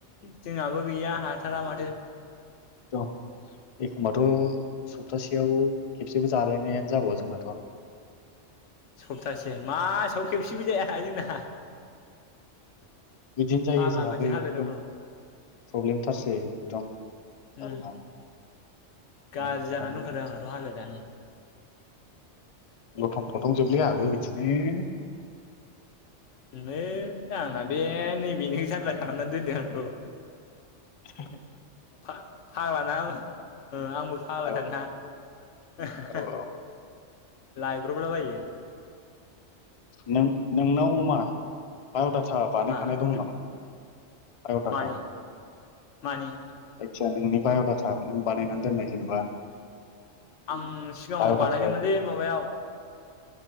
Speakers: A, on the left; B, on the left.
A: जोंहाबो गैया हाथारा माथो
B: द एखमबाथ' सप्तासेयाव खेबसेबो जालायनायानो जाबावा जोंनाथ' <inaudible>
A: सप्तासे मासाव खेबसेबो जाया जोंना
B: बिदिनो जायो
A: फाग्ला
B: जोंहाबो
A: बायदि हालोदाव
B: एखदम
A: दं
B: प्रब्लेमथारसै एकदम जारला
A: उम गाज्रि
B: मा खालामनो
A: जानानै दंथारो आंनाथ' हालोदानो
B: लथं फथं जोबलै आंहाबो बिदिनो
A: नै आंना बे नैबेनो जारला खालामनानै दोनदो आंखौ।
B: आ
A: फा-फाग्लानां ओ आंबो फाग्लाथार
B: औ
A: ना <unintelligible>
B: औ औ
A: लाइब्रब ला बायो
B: नों नोंनाव मा बाय'डाथा बानायखानाय
A: मा
B: दं नामा? बाय'डाटा
A: मानि मानि
B: जायखिजाया नोंनि बाय'डाथा नों बानायनानै दोननाय जेनेबा
A: आं सिगाङाव
B: बाय'डाटाया
A: बानायदोंमोनलै माबायाव